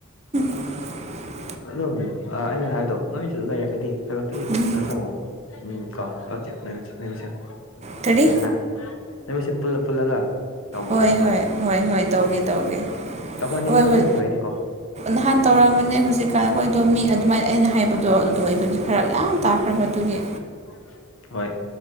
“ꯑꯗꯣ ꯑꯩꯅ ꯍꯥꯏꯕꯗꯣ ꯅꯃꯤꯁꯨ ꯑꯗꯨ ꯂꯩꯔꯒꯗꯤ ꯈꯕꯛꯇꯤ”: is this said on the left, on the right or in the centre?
Left